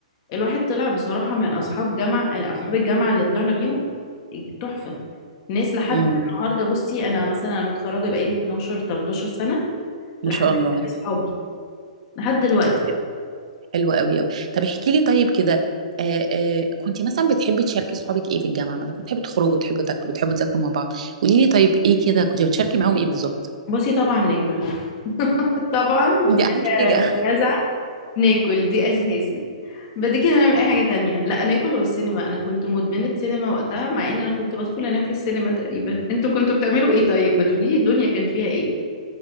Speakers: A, on the left; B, on the right.
A: الواحد طلع بصراحة من أصحاب جامعة أصحاب الجامعة اللي طلعنا بيهم تحفة ناس لحد
B: امم
A: النهاردة بصي أنا مثلا أنا متخرجة بقالي 12 13 سنة لحد
B: ما شاء
A: دلوقتي
B: الله
A: صحابي لحد دلوقتي
B: طب حلو قوي قوي طب احكي لي طيب كده آه آه كنت مثلا بتحبي تشاركي صحابك ايه في الجامعه مثلا كنت تحبي تخرجوا تحبوا تاكلوا تحبوا تذاكروا مع بعض قولي لي طيب ايه كده كنت بتشاركي معاهم ايه بالظبط
A: بصي طبعا ناكل <laughs> طبعا بلا
B: دي اهم حاجه
A: منازع ناكل دي أساسي بعد كده نعمل أي حاجة تانية لا ناكل والسينما أنا كنت مدمنة سينما وقتها مع إن أنا كنت بدخل أنام في السينما تقريبا أنتوا كنتوا بتعملوا إيه طيب ما تقولي الدنيا كان فيها إيه